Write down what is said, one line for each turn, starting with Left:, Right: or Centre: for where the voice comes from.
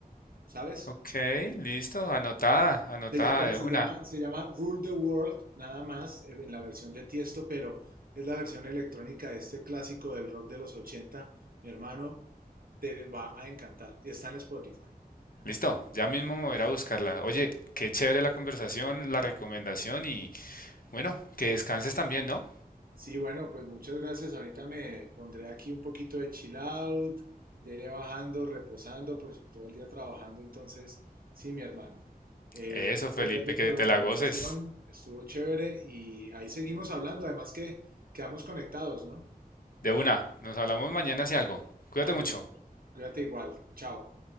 Right: ¿sabes?
Left: Ok, listo, anotada, anotada
Right: Se, eh,
Left: de
Right: se
Left: una.
Right: llama, se llama Rule the World, nada más, eh, en la versión de Tiesto, pero es la versión electrónica de este clásico del rock de los ochenta Mi hermano, te va a encantar. Está en Spotify.
Left: Listo, ya mismo me voy a ir a buscarla. Oye, qué chévere la conversación, la recomendación y bueno, que descanses también, ¿no?
Right: Sí, bueno, pues muchas gracias. Ahorita me pondré aquí un poquito de chill out. Ya iré bajando, reposando, pues todo el día trabajando. Entonces, sí, mi hermano. Eh,
Left: Eso,
Right: muchas
Left: Felipe,
Right: gracias
Left: que
Right: por la
Left: te
Right: conversación.
Left: la goces.
Right: Estuvo chévere y ahí seguimos hablando. Además que quedamos conectados, ¿no?
Left: De una, nos hablamos mañana si algo. Cuídate
Right: Bueno,
Left: mucho.
Right: Cuídate igual. Chao.